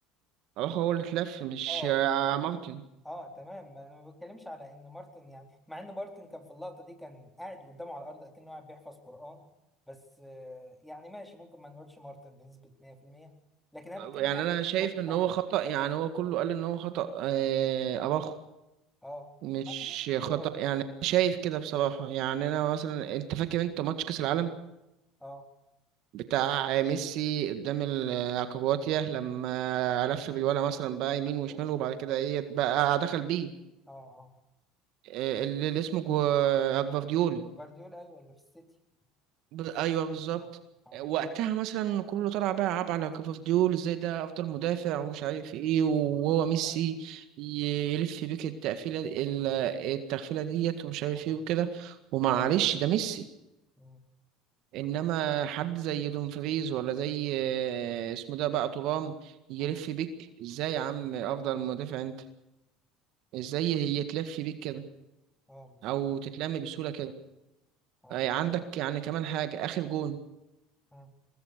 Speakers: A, on the right; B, in the centre.
A: اباخو هو اللي اتلف مش
B: اه
A: آه، مارتن
B: اه تمام ما انا ما بتكلمش على ان مارتن يعني مع ان مارتن كان في اللقطه دي كان قاعد قدامه على الارض اكنه قاعد بيحفظ قران بس آه يعني ماشي ممكن ما نقولش مارتن بنسبه 100% لكن انا بتكلم
A: يعني
B: على
A: انا شايف
B: الاحتفال
A: ان
B: بتاع
A: هو خطأ يعني هو كله قال ان هو خطأ آه، اباخو
B: اه
A: مش
B: ما- ماشي
A: خطأ
B: هو
A: يعني شايف كده بصراحة يعني انا مثلا انت فاكر انت ماتش كأس العالم
B: اه
A: بتاع ميسي قدام الكرواتيا لما لف بالولا مثلا بقى
B: جفارديول
A: يمين وشمال وبعد كده ايه بقى دخل بيه
B: اه اه
A: آه، اللي اللي اسمه جو- جفارديول
B: جفارديول ايوه اللي في السيتي
A: ب... ايوه بالظبط
B: اه اه
A: وقتها مثلا كله طلع بقى يلعب على كوفارديول ازاي ده افضل مدافع
B: اه
A: ومش عارف ايه وهو
B: السيتي
A: ميسي
B: عايزه
A: ي- يلف بيك التقفيله ال- التغفيله ديت ومش عارف
B: اه
A: ايه
B: اه
A: وكده ومعلش
B: اه
A: ده ميسي
B: مم،
A: انما حد زي دومفريز ولا زي آه، اسمه ده بقى ترام يلف
B: اه
A: بيك ازاي يا عم افضل مدافع انت ازاي
B: آه،
A: يتلف بيك كده
B: آه، بالظبط
A: او تتلم بسهوله كده
B: اه
A: آه، عندك يعني كمان حاجه اخر جون
B: اه